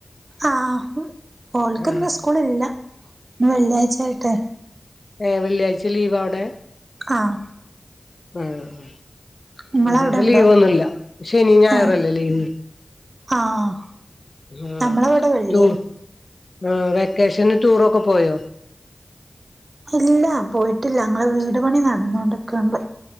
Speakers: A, on the right; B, on the left.
A: ആഹ് ഹു, ഒൾക്ക്ന്ന്സ്കൂളില്ല.
B: ആ
A: ന്ന് വെള്ളിയാഴ്ച ആയിട്ട്
B: ഏഹ് വെള്ളിയാഴ്ച ലീവാ അവ്ടെ
A: ആഹ്
B: ആഹ്
A: നിങ്ങളവിടെ
B: ഇവിടെ
A: ഉണ്ടോ
B: ലീവ് ഒന്നുമില്ല. ശനി ഞായറല്ലേ
A: ഏഹ്
B: ലീവ്.
A: ആഹ്
B: ഉം.
A: നമ്മളവിടെ വെള്ളിയാണ്
B: റ്റൂർ ഏഹ്, വെക്കേഷൻല് ടൂറൊക്കെ പോയോ?
A: ഇല്ല പോയിട്ടില്ല. ങ്ങളെ വീട് പണി നടന്നോണ്ട്ക്ക്ണ്ട്